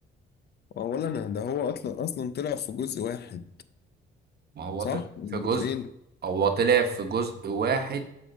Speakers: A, on the left; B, on the right.
A: أولا ده هو أصلا أصلا طلع في جزء واحد
B: ما هو
A: صح؟
B: طلع
A: ولا
B: في جزء
A: جزئين؟
B: هو طلع في جزء واحد